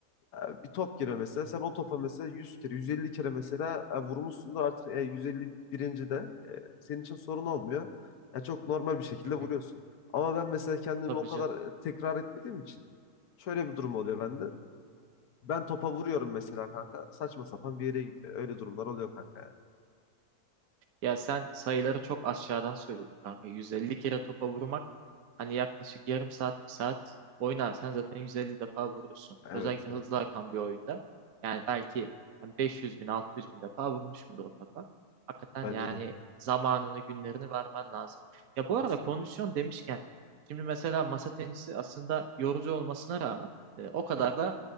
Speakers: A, on the left (about 70°); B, on the right (about 70°).
A: e, bir top geliyor mesela. Sen o topa mesela 100 kere, 150 kere mesela e, vurmuşsundur. Artık e, yüz elli birinci de e, senin için sorun olmuyor. Ya çok normal bir şekilde
B: <laughs>
A: vuruyorsun. Ama ben mesela kendimi
B: Tabii
A: o kadar
B: canım.
A: e, tekrar etmediğim için şöyle bir durum oluyor bende. Ben topa vuruyorum mesela kanka. Saçma sapan bir yere gidiyor. Öyle durumlar oluyor kanka yani.
B: Ya sen sayıları çok aşağıdan söyledin kanka. 150 kere topa vurmak hani yaklaşık yarım saat bir saat oynarsan zaten 150 defa vurursun.
A: Evet
B: Özellikle
A: yani.
B: hızlı akan bir oyunda. Yani belki hani 500 bin 600 bin defa vurmuşumdur o topa. Hakikaten
A: Bence
B: yani
A: de.
B: zamanını günlerini vermen lazım. Ya bu arada
A: Kesin.
B: kondisyon demişken şimdi mesela masa tenisi aslında yorucu olmasına rağmen e, o kadar da